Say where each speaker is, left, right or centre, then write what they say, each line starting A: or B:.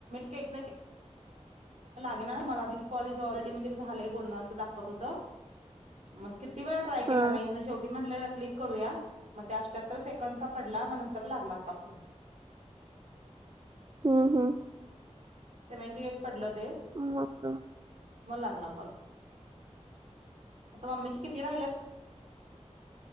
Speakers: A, on the right; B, on the right.
A: काय सट म कॉलेज ऑलरेडी म्हणजे झालं बोलणं असं दाखत होतं म्हज ति वेळ ट्राय केला
B: हा
A: नाही म शेवी म्हट क्लिक करूया मग त्या अहत्तर सेकंडचा पडला म नंतर लागला आता फोन
B: हा हम
A: सेवनटी एट पडलं ते
B: मग
A: मला लागला ब आता मम्मीची किती राहिल